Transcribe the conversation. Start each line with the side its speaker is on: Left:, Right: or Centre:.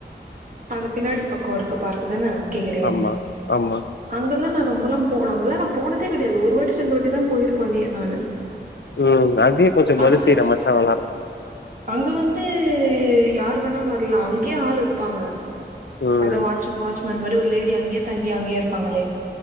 Right: அந்த பின்னாடி இருக்க கோர்க்க பார்க் தான கேக்குறீங்க
Left: ஆமா ஆமா
Right: அங்கெல்லா நா ரொம்பலா போ அங்கெல்லா நா போனதே கெடையாது ஒரு வாட்டி ரெண்டு வாட்டி தா போயிருப்பனே நானு
Left: ம் அதயு கொஞ்சோ
Right: அங்க
Left: மறு சீரமச்சா நல்லாருக்கு
Right: அங்க வந்து யாரு வேணா வர்லா அங்கேயே ஆள் இருப்பாங்க
Left: ம்
Right: ஒரு வாட்ச் வாட்ச்மேன் மாரி ஒரு லேடி அங்கேயே தங்கி அங்கயே இருப்பாங்களே